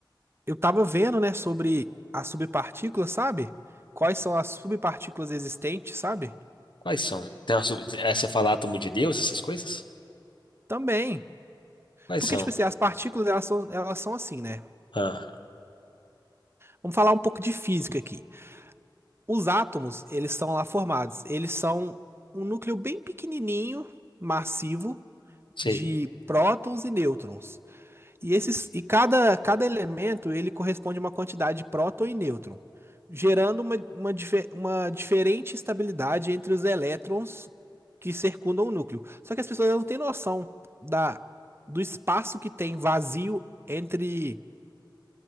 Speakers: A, on the right; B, on the left.
A: eu tava vendo, né, sobre as subpartículas, sabe? Quais são as subpartículas existentes, sabe?
B: Quais são? Tem uma, sub- é, você falar átomo de Deus, essas coisas?
A: Também.
B: Quais
A: Porque,
B: são?
A: tipo assim, as partículas, elas são, elas são assim, né?
B: Ah,
A: Vamos falar um pouco de física aqui. Os átomos, eles estão lá formados, eles são um núcleo bem pequenininho, massivo
B: sei.
A: de prótons e nêutrons. E esses e cada, cada elemento ele corresponde a uma quantidade de próton e nêutron, gerando uma, uma, dife- uma diferente estabilidade entre os elétrons que circundam o núcleo. Só que as pessoas não têm noção da, do espaço que tem vazio entre